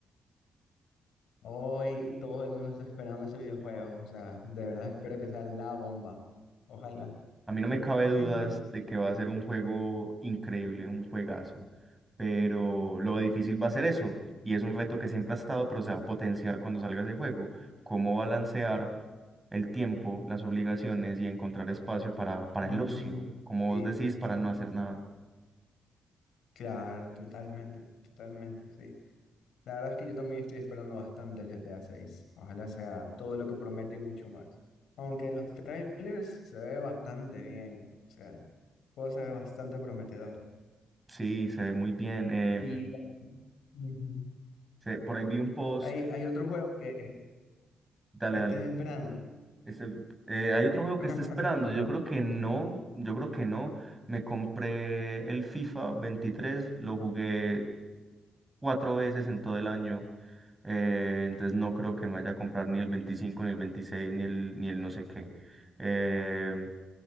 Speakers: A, on the left (about 75°); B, on the right (about 20°).
A: Hoy todo el mundo está esperando ese videojuego, o sea, de verdad espero que sea la bomba. Ojalá.
B: A mí no me cabe
A: <laughs>
B: dudas de que va a ser un juego increíble, un juegazo, pero lo difícil va a ser eso, y es un reto que siempre ha estado, pero se va a potenciar cuando salga ese juego. Cómo balancear el tiempo, las obligaciones y encontrar espacio para, para
A: Ujú.
B: el ocio, como vos
A: Sí,
B: decís, para no hacer nada.
A: claro, totalmente, totalmente, sí. La verdad es que yo también estoy esperando bastante el GTA 6. Ojalá sea todo lo que promete y mucho más. Aunque en los trailers se ve bastante bien, o sea, el juego se ve bastante prometedor.
B: Sí, se ve muy bien. eh,
A: Y Ujú.
B: Sí, por ahí vi un post.
A: hay, hay otro juego que,
B: Dale,
A: que
B: dale.
A: estés esperando.
B: Ese- eh, hay otro juego que
A: <laughs>
B: está esperando.
A: Perdón.
B: Yo creo que no. Yo creo que no. Me compré el FIFA 23. Lo jugué cuatro veces en todo el año. eh, entonces no creo que me vaya a comprar ni el 25, ni el 26, ni el, ni el no sé qué. Eh,